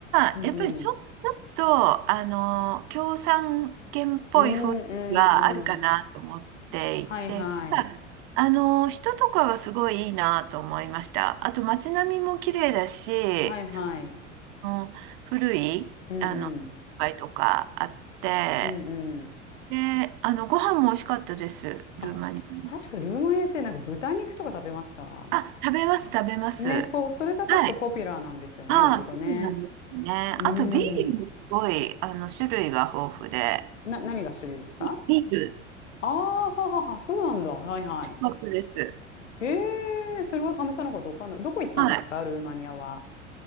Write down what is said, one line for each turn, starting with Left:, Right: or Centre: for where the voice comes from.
Left: うんうん
Right: は、やっぱりちょ、ちょっと、あの、共産圏っぽい雰囲気はあるかなと思っていて、
Left: うんうんうんはいはい
Right: ただあの、人とかはすごいいいなと思いました。あと街並みも綺麗だし、
Left: はいはい
Right: その古い、
Left: うんうん
Right: あの、街とかあって、
Left: うんうん。
Right: で、あの、ご飯も美味しかったです、
Left: あ、
Right: ルーマニアの。
Left: 確かルーマニアってなんか豚肉とか食べました
Right: あ、食べます、食べます。
Left: ね、ポそれが確かポピュラーなんですよね、
Right: はいああ、
Left: 割とね。
Right: そうなんですね。
Left: うん。
Right: あと、ビールもすごい、あの、種類が豊富で、
Left: な、何が種類ですか
Right: ビビール、
Left: ああー、ははは、そうなんだ。はいは
Right: 美味しかったです。
Left: い。へえ、それは試さなかったわかんない。どこ行ったんですか、
Right: はい。
Left: ルーマニアは。